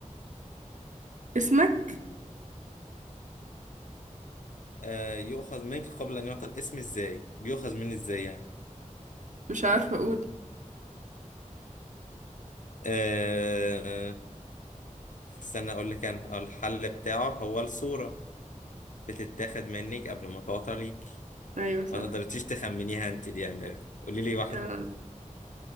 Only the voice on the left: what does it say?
آه، يؤخذ منك قبل أن يعطى الاسم إزاي بيؤخذ مني إزاي يعني
أه استنى اقول لك انا آه، الحل بتاعه هو الصورة بتتاخد منك قبل ما تعطى ليك
ما تقدرتيش تخمنيها انت دي يا امير قولي لي واحدة